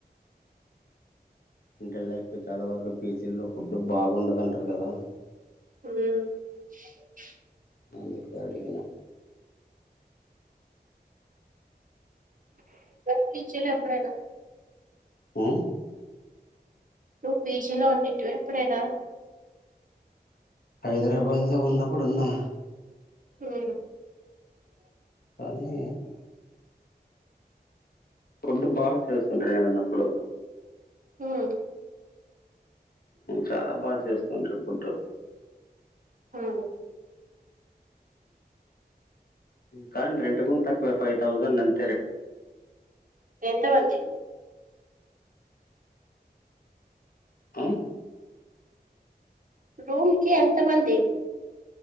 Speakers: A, on the left (about 60°); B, on the right (about 55°).
A: అంటే లైక్ చాలా వరకు పీజి లో ఫుడ్ బాగుండదు అంటారు కదా
B: మ్
A: అందుకే అడిగిన
B: పీజీలో ఎప్పుడైనా
A: మ్
B: నువ్వు పీజీ లో ఉన్నింటివా ఎప్పుడైనా
A: హైదరాబాద్ లో ఉన్నప్పుడు ఉన్నా
B: మ్మ్
A: కానీ ప్రుడ్డు బాగా చేస్తుండ్రి నేనున్నప్పుడు
B: అవును
A: చాలా బాగా చేస్తుండ్రి ఫుడ్డు
B: అవును
A: కానీ రెంట్ గుణ తక్కువే ఫైవ్ థౌజండ్ అన్
B: ఎంత మంది
A: ఆ
B: రోమ్ కి ఎంత మంది